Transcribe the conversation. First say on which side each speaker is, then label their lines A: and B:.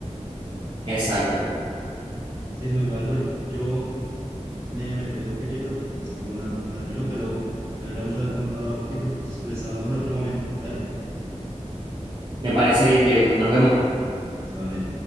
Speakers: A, on the right; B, on the right.
A: Exacto.
B: Sí, no, igual, bueno, yo me, me, me tengo que ir yendo porque pues tengo una, una reunión, pero me alegra mucho haber con- hablado contigo, entonces pues hablamos en otro momento. Dale,
A: Me parece bien, Diego. Nos vemos.
B: listo, dale.